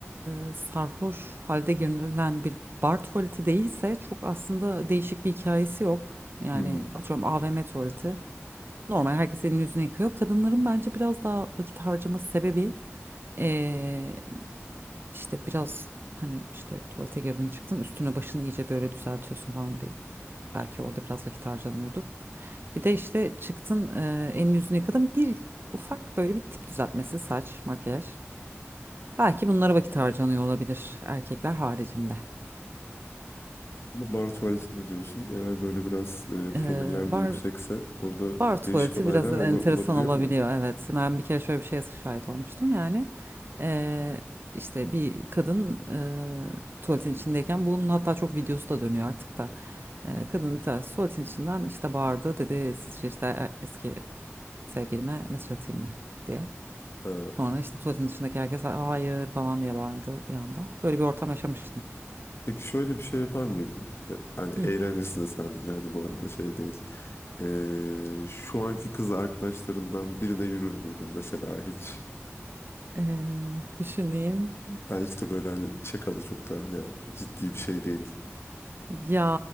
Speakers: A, on the right (about 50°); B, on the left (about 55°).
A: eee, sarhoş halde girilen bir bar tuvaleti değilse çok aslında değişik bir hikayesi yok. Yani
B: Hmm.
A: atıyorum AVM tuvaleti. Normal herkes elini yüzünü yıkıyor. Kadınların bence biraz daha vakit harcaması sebebi eee, işte biraz hani işte tuvalete girdin çıktın üstüne başını iyice böyle düzeltiyorsun falan bir belki orada biraz vakit harcanıyordur. Bir de işte çıktın eee elini yüzünü yıkadın bir ufak böyle bir tip düzeltmesi saç makyaj. Belki bunlara vakit harcanıyor olabilir erkekler haricinde.
B: Ama bar tuvaletinde diyorsun eğer böyle biraz e, promiller
A: Ee, bar,
B: de yüksekse orada
A: bar
B: değişik
A: tuvaleti
B: olaylar
A: biraz enteresan
B: olu- olabiliyor
A: olabiliyor
B: mu?
A: evet. Ben bir kere şöyle bir şeye şahit olmuştum yani. Ee, işte bir kadın e, tuvaletin içindeyken bunun hatta çok videosu da dönüyor artık da. Ee, kadın bir tanesi tuvaletin içinden işte bağırdı dedi sizce işte e- eski sevgilime mesaj atayım mı diye.
B: Ha.
A: Sonra işte tuvaletin dışındaki herkes hayır falan diye bağırdı bir anda. Böyle bir ortam yaşamıştım.
B: Peki şöyle bir şey yapar mıydın? Ya, Hani
A: Hı.
B: eğlencesine sadece hani bu arada şey değil. Ee, şu anki kız arkadaşlarından birine yürür müydün mesela hiç?
A: Ee, düşüneyim.
B: Belki de böyle hani şakalı çok da hani ciddi bir şey değil.
A: Ya